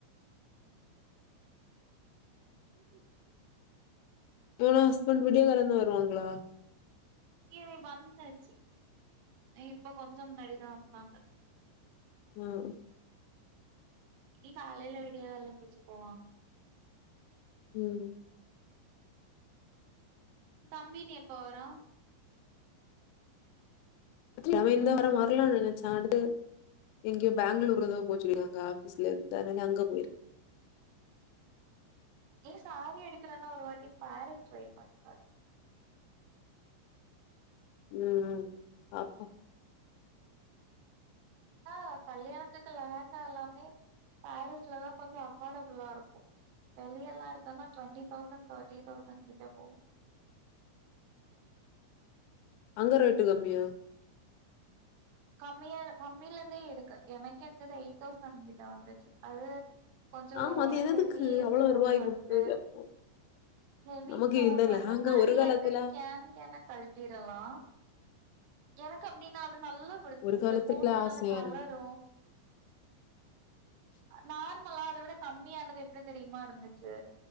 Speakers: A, on the right; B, on the left.
A: <inaudible>
B: உன் ஹஸ்பண்ட் விடிய காலந்தா வருவாங்களா
A: ஏ வந்தாச்சு இப்ப கொஞ்சோ முன்னாடி தா வந்தாங்க
B: ம்
A: இனி காலைல விடிய கால்ல எந்திச்சு போவாங்க
B: ம்
A: தம்பி இனி எப்ப வரு
B: அவன் இந்த வார வரலானு நெனைச்சா அது எங்கயோ பேங்களூர் எதோ போ சொல்லிருக்காங்க ஆபீஸ்ல இருந்து அதனால அங்க போயிருக்
A: ஏ சாரி எடுக்குறதுனா ஒரு வாட்டி பாரிஸ் ட்ரை பண்ணி பாரு
B: ம் ம் பாப்போ
A: ஆ கல்யாணத்துக்கு லெகங்கா எல்லாமே பாரீஸ்லதா கொஞ்சோ அஃபோர்டபுளா இருக்கு வெளியல எடுத்தொனா டொண்டி தௌசண்ட் தேர்ட்டி தௌசண்ட்கிட்ட போகு
B: அங்க ரேட்டு கம்மியா
A: கம்மியா கம்மிலந்தே இருக்கு எனக் எடுத்தது எயிட் தௌசண்ட்கிட்ட வந்துச்சு அது கொஞ்சோ
B: ஆமா அது
A: ஹெவி
B: எதுக்கு அவ்வளவு
A: ஸ்டோன்
B: ரூபாய்
A: ஒர்க்கு
B: குடுத்து அப்போ
A: ஹவி
B: நமக்கு
A: ஸ்டோன்
B: இந்த
A: ஒர்க்குனா
B: லெஹங்கா
A: அடியிலருக்க
B: ஒரு காலத்துல
A: கேன் கேன கழ்ட்டிறலா எனக்கு அப்டினா அது நல் புடிச்சிருந்து
B: ஒரு காலத்துல
A: ஃபோட்டோனால
B: ஆசையா
A: கலரூ
B: இருந்து
A: நார்மலா அதவிட கம்மியானது எப்டி தெரியுமா இருந்துச்சு